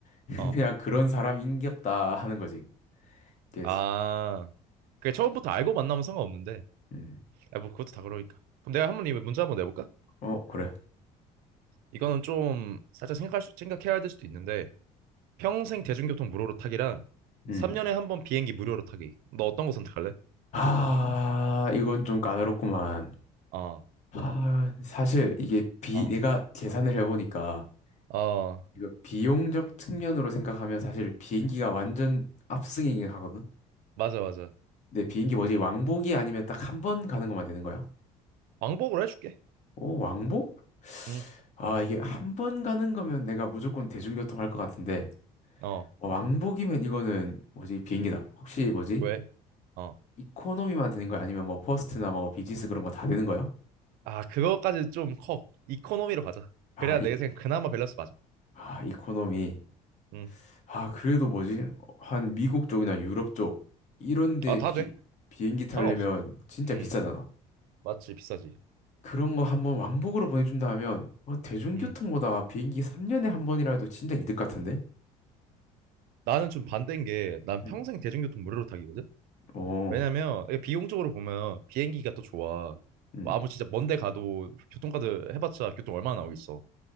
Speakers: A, on the left (about 50°); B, on the right (about 75°).
A: <laughs>
B: 어.
A: 그냥 그런 사람인갑다 하는 거지. 예스.
B: 아. 그게 처음부터 알고 만나면 상관없는데.
A: 음.
B: 아, 뭐 그것도 다 그러니까. 그럼 내가 한번 이 문제 한번 내볼까?
A: 어, 그래.
B: 이거는 좀 살짝 생각할 수, 생각해야 될 수도 있는데 평생 대중교통 무료로 타기랑
A: 음.
B: 3년에 한번 비행기 무료로 타기. 너 어떤 거 선택할래?
A: 아, 이건 좀 까다롭구만.
B: 어.
A: 아, 사실 이게 비
B: 어.
A: 내가 계산을 해보니까
B: 어.
A: 이거 비용적 측면으로 생각하면 사실 비행기가 완전 압승이긴 하거든.
B: 맞아 맞아.
A: 근데 비행기 뭐지 왕복이 아니면 딱 한 번 가는 것만 되는 거야?
B: 왕복으로 해줄게.
A: 오 왕복?
B: 응.
A: 아 이게 한 번 가는 거면 내가 무조건 대중교통 할 것 같은데
B: 어.
A: 어, 왕복이면 이거는 뭐지 비행기다. 혹시 뭐지
B: 왜? 어.
A: 이코노미만 되는 거야? 아니면 뭐 퍼스트나 뭐 비즈니스 그런 거 다 되는 거야?
B: 아, 그거까지 좀 커. 이코노미로 가자.
A: 아,
B: 그래야
A: 이,
B: 내 생각 그나마 밸런스 맞아.
A: 아 이코노미.
B: 음.
A: 아, 그래도 뭐지? 한 미국 쪽이나 유럽 쪽 이런 데
B: 아, 다
A: 비,
B: 돼.
A: 비행기 타려면
B: 상관없어.
A: 진짜
B: 음.
A: 비싸잖아.
B: 맞지, 비싸지.
A: 그런 거 한번 왕복으로 보내준다 하면 어, 대중교통보다
B: 음.
A: 비행기 3년에 한 번이라도 진짜 이득 같은데?
B: 나는 좀 반대인 게 난
A: 음.
B: 평생 대중교통 무료로 타기거든.
A: 오,
B: 왜냐면 이게 비용적으로 보면 비행기가 더 좋아.
A: 음,
B: 뭐 아무 진짜 먼데 가도 교통카드 해봤자 교통 얼마나 나오겠어.